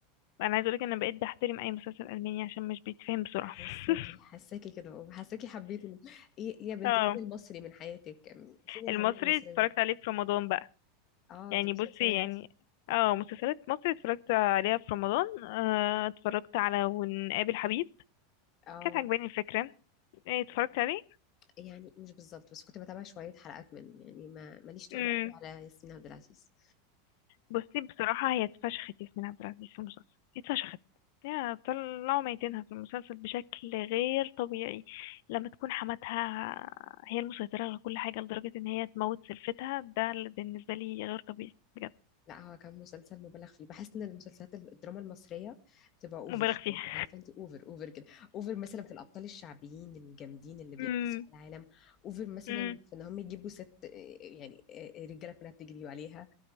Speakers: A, on the left (about 60°); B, on the left (about 30°).
A: انا عايزه اقولك انا بقيت بحترم اي مسلسل الماني عشان مش بيتفهم بسرعه
B: حساكي
A: <laughs>
B: حساكي كده والله، حساكي حبيته ايه إيه يا بنتي
A: اه
B: فين المصري من حياتك أم، فين الهوية
A: المصري
B: المصرية
A: اتفرجت عليه في رمضان بقى
B: اه
A: يعني
B: دي مسلسلات
A: بصي يعني اه مسلسلات مصري اتفرجت عليها في رمضان آه اتفرجت على ونقابل حبيب
B: اه
A: كانت عجباني الفكرة إيه، اتفرجت عليه
B: يعني مش بالظبط بس كنت بتابع شوية حلقات منه يعني ما ماليش تقول
A: امم
B: قوي على ياسمين عبد العزيز
A: بصي بصراحة هي اتفشخت ياسمين عبد العزيز في المسلسل اتفشخت يا طلعوا ميتينها في المسلسل بشكل غير طبيعي لما تكون حماتها هي المسيطرة على كل حاجة لدرجة ان هي تموت سلفتها ده بالنسبة لي غير طبيعي بجد
B: لا هو كان مسلسل مبالغ فيه بحس ان المسلسلات الدراما المصريه بتبقى اوفر
A: مبالغ
B: شويه
A: فيها
B: عارفه انت اوفر اوفر كده اوفر مثلا في الابطال الشعبيين الجامدين اللي بيكتسحوا
A: <laughs>
B: العالم اوفر مثلا
A: امم
B: في ان هم يجيبوا ست آه، يعني آه، الرجاله كلها بتجري عليها